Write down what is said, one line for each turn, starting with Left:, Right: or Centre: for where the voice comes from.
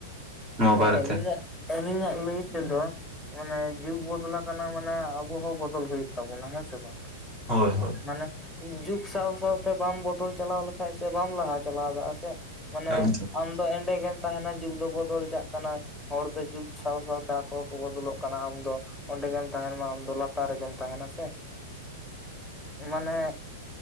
Right: ᱱᱚᱣᱟ
Centre: ᱮ
Right: ᱵᱟᱨᱮᱛᱮ?
Centre: ᱟᱹᱞᱤᱧᱟᱜ ᱟᱹᱞᱤᱧᱟᱜ ᱞᱟᱹᱭ ᱛᱮᱫᱚ ᱢᱟᱱᱮ ᱡᱩᱜᱽ ᱵᱚᱫᱞᱟ ᱟᱠᱟᱱᱟ ᱢᱟᱱᱮ ᱟᱵᱚ ᱦᱚᱸ ᱵᱚᱫᱚᱞ ᱦᱩᱭᱩᱜ ᱛᱟᱵᱚᱱᱟ ᱦᱮᱸ ᱥᱮ ᱵᱟᱝ?
Right: ᱦᱳᱭ ᱦᱳᱭ
Centre: ᱢᱟᱱᱮ ᱡᱩᱜᱽ ᱥᱟᱶ ᱥᱟᱶᱛᱮ ᱵᱟᱢ ᱵᱚᱫᱚᱞ ᱪᱟᱞᱟᱣ ᱞᱮᱠᱷᱟᱱᱡ ᱥᱮ ᱵᱟᱢ ᱞᱟᱦᱟ ᱪᱟᱞᱟᱣ ᱫᱟᱲᱮᱜᱼᱟᱥᱮ? ᱢᱟᱱᱮ
Right: ᱮᱠᱫᱚᱢ
Centre: ᱟᱢ ᱫᱚ ᱮᱸᱰᱮᱜᱮᱢ ᱛᱟᱦᱮᱱᱟ ᱡᱩᱜᱽ ᱫᱚ ᱵᱚᱫᱚᱞ ᱪᱟᱜ ᱠᱟᱱᱟ ᱦᱚᱲ ᱫᱚ ᱡᱩᱜᱽ ᱥᱟᱶ ᱥᱟᱶ ᱡᱟᱦᱟᱸ ᱠᱚᱦᱚᱸ ᱠᱚ ᱵᱚᱫᱚᱞᱚᱜ ᱠᱟᱱᱟ ᱟᱢᱫᱚ ᱚᱸᱰᱮ ᱜᱮᱢ ᱛᱟᱦᱮᱱ ᱢᱟ ᱟᱢ ᱫᱚ ᱞᱟᱛᱟᱨ ᱨᱮᱜᱮᱢ ᱛᱟᱦᱮᱱᱟ ᱥᱮ ᱢᱟᱱᱮ